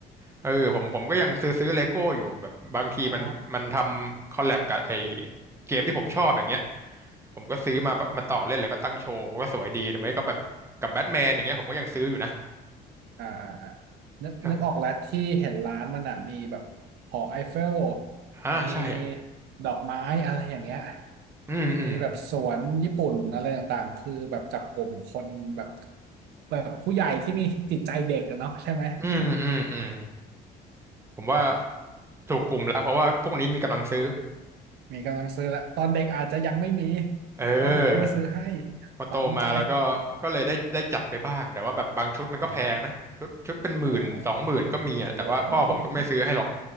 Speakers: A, on the right (about 15°); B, on the right (about 80°).
A: เออผมผมก็ยังซื้อซื้อเลโก้อยู่แบบบางทีมันมันทำคอลแลบกับไอ
B: อ๋อ
A: เกมที่ผมชอบอย่างเงี้ยผมก็ซื้อมามาต่อเล่นเลยก็ตั้งโชว์ก็สวยดีหรือไม่ก็แบบกับแบทแมนอย่างเงี้ยผมก็ยังซื้ออยู่นะ
B: อ่าอ่าอ่านึกนึกออกแล้วที่เห็นร้านมันอ่ะมีแบบหอไอเฟล
A: ใช่อ่าใช่
B: มีดอกไม้อะไรอย่างเงี้ย
A: อืมอืม
B: มีแบบสวนญี่ปุ่นอะไรต่างๆคือแบบจับกลุ่มคนแบบแบบผู้ใหญ่ที่มีจิตใจเด็กอะเนาะใช่ไหม
A: อืมอืมอืมผมว่าถูกกลุ่มแล้วเพราะว่าพวกนี้มีกำลังซื้อ
B: อืมมีกำลังซื้อแล้วตอนเด็กอาจจะยังไม่มี
A: เออ
B: พ่อแม่ไม่ซื้อให้
A: พอโตมาแล้วก็ก็เลยได้ได้จัดไปบ้างแต่ว่าแบบบางชุดมันก็แพงนะชุดชุดเป็นหมื่นสองหมื่นก็มีอ่ะแต่ว่าพ่อผมก็ไม่ซื้อให้หรอก
B: ฝังใจอ่าอ๋ออ๋อโอ้โห <laughs>